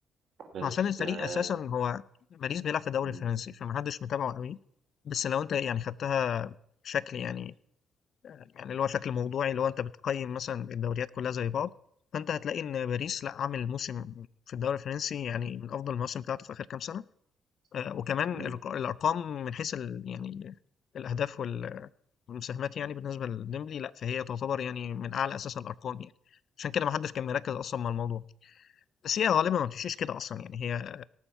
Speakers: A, on the right (about 60°); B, on the left (about 60°).
A: بس
B: عشان الفريق
A: آه،
B: أساسا هو باريس بيلعب في الدوري
A: م-
B: الفرنسي فمحدش متابعه قوي بس لو أنت يعني خدتها بشكل يعني يعني اللي هو شكل موضوعي اللي هو أنت بتقيم مثلا الدوريات كلها زي بعض فأنت هتلاقي إن باريس لا عامل موسم في الدوري الفرنسي يعني من أفضل المواسم بتاعته في آخر كام سنة آه، وكمان
A: م-
B: الرق- الارقام من حيث ال- يعني الاهداف وال- والمساهمات يعني بالنسبه لديمبلي لا فهي تعتبر يعني من اعلى اساسا الارقام يعني عشان كده ما حدش كان مركز اصلا مع الموضوع بس هي غالبا ما بتمشيش كده اصلا يعني هي